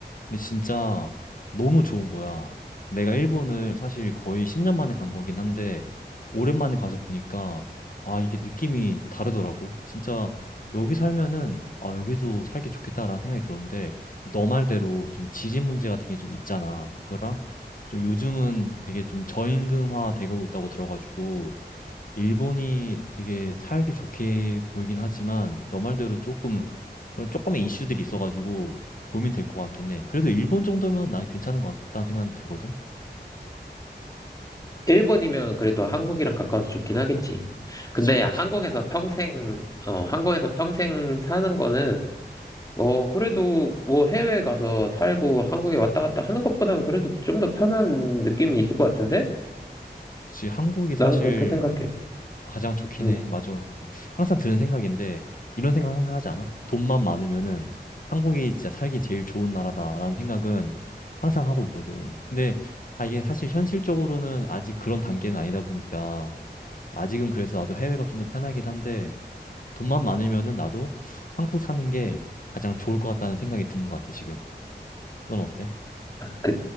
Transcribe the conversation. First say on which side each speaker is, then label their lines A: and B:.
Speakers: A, on the left; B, on the left.
A: 근데 진짜 너무 좋은 거야. 내가 일본을 사실 거의 10년 만에 간 거긴 한데 오랜만에 가서 보니까 아, 이게 느낌이 다르더라고. 진짜 여기 살면은 아, 여기도 살기 좋겠다라는 생각이 들었는데 너 말대로 좀 지진 문제 같은 게 좀 있잖아. 그거랑 좀 요즘은 되게 좀 저임금화 되고 있다고 들어가지고 일본이 되게 살기 좋게 보이긴 하지만 너 말대로 조금 그런 조금의 이슈들이 있어가지고 고민될 것 같긴 해. 그래도 일본 정도면 난 괜찮은 것 같다는 생각 들거든.
B: 일본이면 그래도 한국이랑 가까워서 좋긴 하겠지.
A: 그치,
B: 근데
A: 그치.
B: 한국에서 평생, 어, 한국에서 평생 사는 거는, 어, 그래도 뭐 해외 가서 살고 한국에 왔다 갔다 하는 것보단 그래도 좀 더 편한 느낌이 있을 것 같은데?
A: 그치, 한국이 사실
B: 나는 그렇게 생각해.
A: 가장 좋긴
B: 응.
A: 해. 맞아. 항상 드는 생각인데 이런 생각 항상 하지 않아? 돈만 많으면은 한국이 진짜 살기 제일 좋은 나라다라는 생각은 항상 하고 있거든. 근데 아, 이게 사실 현실적으로는 아직 그런 단계는 아니다 보니까 아직은 그래서 나도 해외가 좀 더 편하긴 한데 돈만 많으면은 나도 한국 사는 게 가장 좋을 것 같다는 생각이 드는 것 같아, 지금. 넌 어때?
B: 그,